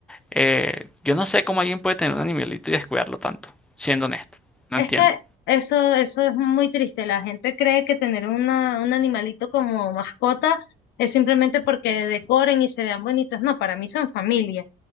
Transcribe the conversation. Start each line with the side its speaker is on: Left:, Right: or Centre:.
Centre: Eh, yo no sé cómo alguien puede tener un animalito y descuidarlo tanto, siendo honesto. No
Left: Es
Centre: entiendo.
Left: que eso, eso es muy triste. La gente cree que tener una, un animalito como mascota es simplemente porque decoren y se vean bonitos. No, para mí son familia.